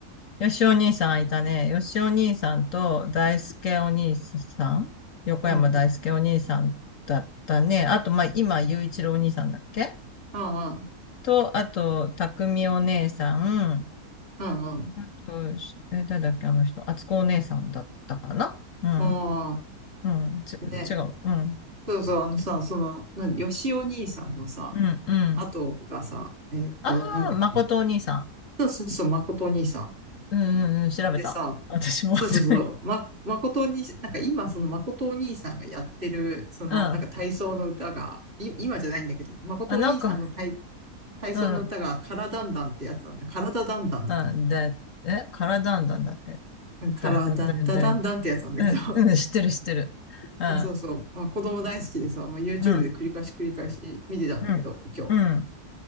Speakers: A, on the left; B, on the right.
A: よしお兄さんいたね。よしお兄さんと大輔お兄さん横山大輔お兄さんだったね。
B: うんうん。
A: あと、まあ、今、雄一郎お兄さんだっけ
B: うんうん。
A: と、あと、匠お姉さん、
B: うんうん。
A: あと、しえ、誰だっけ、あの人。あつこお姉さんだったかなうん。
B: ああ、
A: うん。ち、
B: ね。
A: 違う。うん。
B: そうそう、あのさ、その、何、よしお兄さんのさ、
A: うん。うん。
B: 後がさ、えっと、
A: ああ、
B: なんだっけ。
A: まことお兄さん。
B: そうそうそう、誠お兄さん。
A: うん。うん。うん調べた。
B: でさ、
A: 私も
B: そうそうそう、
A: <laughs>
B: ま、誠お兄さん、なんか今、その誠お兄さんがやってる、その、
A: うん。
B: なんか体操の歌が、い、今じゃないんだけど、誠お兄さんの体、
A: あ、なんか、
B: 体操の歌が、
A: うん。
B: からだんだんってやつなんだ。からだだんだんだったよ。
A: うん。だえ、カラダンダンだっけ
B: うんからだんだだんだんってやつなんだけど、
A: だ、だ、だ、うん。
B: <laughs>
A: うん。知ってる、知ってる。うん。
B: うんそうそう、まあ、子供大好きでさ、まあ、YouTube
A: うん。
B: で繰り返し繰り返し見てたんだけど、
A: うん。
B: 今日。
A: うん。